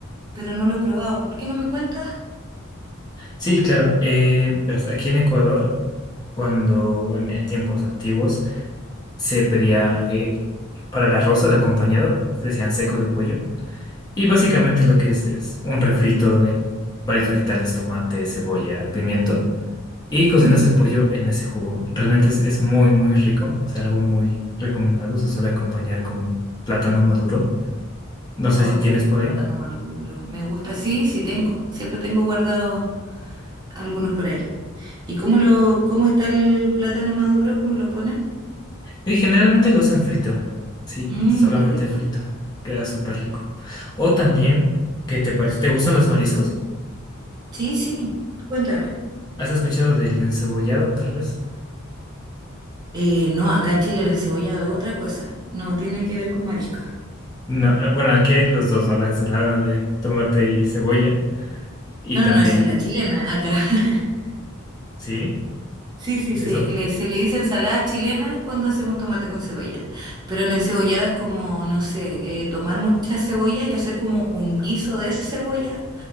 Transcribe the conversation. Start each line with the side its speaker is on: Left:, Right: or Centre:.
Right: pero no lo he probado. ¿Por qué no me cuentas?
Left: Sí, claro, eh, verás, aquí en Ecuador, cuando en, en tiempos antiguos se pedía eh, para el arroz, de acompañado, decían seco de pollo, y básicamente lo que es es un refrito de varios vegetales, tomate, cebolla, pimiento. Y cocinas
Right: Ujú.
Left: el pollo en ese jugo. Realmente es, es muy, muy rico. Es algo muy recomendado. Se suele acompañar con plátano maduro. No sé
Right: Oh,
Left: si tienes
Right: qué rico,
Left: por
Right: plátano
Left: ahí.
Right: maduro. Me gusta, sí, sí tengo. Siempre tengo guardados algunos por ahí. ¿Y cómo lo, cómo está el plátano maduro? ¿Cómo lo ponen?
Left: Y generalmente lo hacen frito. Sí,
Right: Mmm,
Left: solamente
Right: qué rico.
Left: frito. Queda súper rico. O también, ¿qué te parece? ¿Te gustan los mariscos?
Right: Sí, sí, cuéntame.
Left: ¿Has escuchado del encebollado, tal vez?
Right: Eh, no, acá en Chile la encebollado es otra cosa. No, tiene que ver con mariscos.
Left: No, eh, bueno, aquí hay los dos, ¿no? La ensalada de tomate y cebolla. Y
Right: No, no,
Left: también,
Right: no, esa es la chilena acá. <laughs>
Left: ¿sí?
Right: Sí, sí,
Left: ¿Es
Right: sí.
Left: eso?
Right: le- se le dice ensalada chilena cuando hacemos tomate con cebolla. Pero el encebollado es como, no sé, eh, tomar muchas cebollas y hacer como un guiso de cebolla